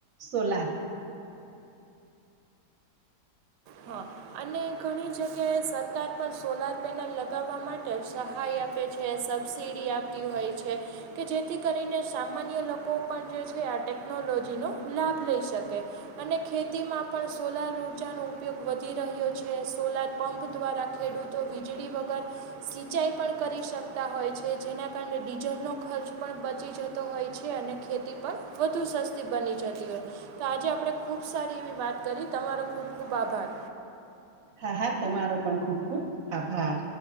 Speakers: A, on the right; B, on the right.
A: સોલાર
B: હા અને ઘણી જગ્યાએ સરકાર પણ સોલાર પેનલ લગાવવા માટે સહાય આપે છે સબસીડી આપતી હોય છે કે જેથી કરીને સામાન્ય લોકો પણ જે છે આ ટેકનોલોજીનો લાભ લઈ શકે અને ખેતી માં પણ સોલાર ઉર્જાનો ઉપયોગ વધી રહ્યો છે સોલાર પંપ દ્વારા ખેડૂતો વીજળી વગર સિંચાઈ પણ કરી શકતા હોય છે જેના કારણે ડીઝલનો ખર્ચ પણ બચી જતો હોય છે અને ખેતી પન વધુ સસ્તી બની જતી હોય તો આજે આપડે ખૂબ સારી એવી વાત કરી તમારો ખૂબ ખૂબ આભાર
A: હા હા તમારો પણ ખુબ ખુબ આભાર